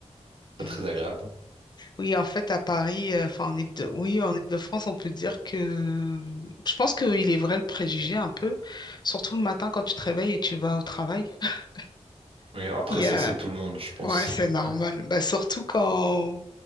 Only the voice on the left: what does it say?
mm,
oui, en fait, à Paris, euh, enfin, en Ile- oui, en Ile-de-France, on peut dire que je pense qu'il est vrai le préjugé un peu, surtout le matin quand tu te réveilles et tu vas au travail. <laughs>
Il y
a...
Ouais, c'est normal.
Bah, surtout quand